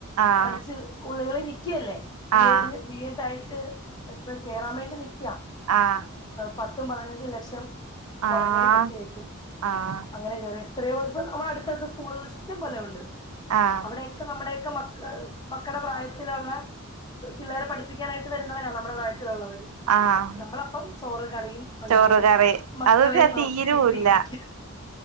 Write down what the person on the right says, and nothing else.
ആഹ്
ആഹ്
ആഹ്
ആഹ്
ആഹ്
ആഹ്
ആഹ്
ചോറ് കറി
അതൊക്കെ
തീരൂല്ല